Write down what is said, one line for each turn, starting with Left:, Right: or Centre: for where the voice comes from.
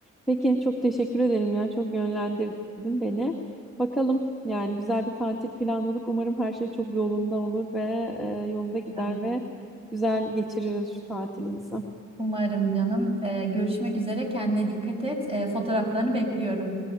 Centre: Peki çok teşekkür ederim ya. Çok yönlendirdin beni. Bakalım yani güzel bir tatil planladık. Umarım her şey çok yolunda olur ve e, yolunda gider
Right: Tamam.
Centre: ve güzel geçiririz şu tatilimizi.
Right: Umarım canım. Ee, görüşmek üzere. Kendine dikkat et. Ee, fotoğraflarını bekliyorum.